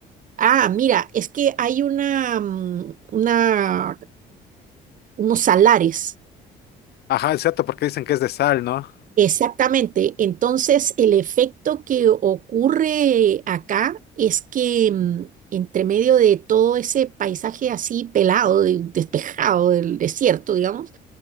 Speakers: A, on the right; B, on the left.
A: Ah, mira, es que hay una, mm, una, unos salares.
B: Ajá, exacto, porque dicen que es de sal, ¿no?
A: Exactamente. Entonces, el efecto que ocurre acá es que mm, entre medio de todo ese paisaje así pelado, de- despejado del desierto, digamos,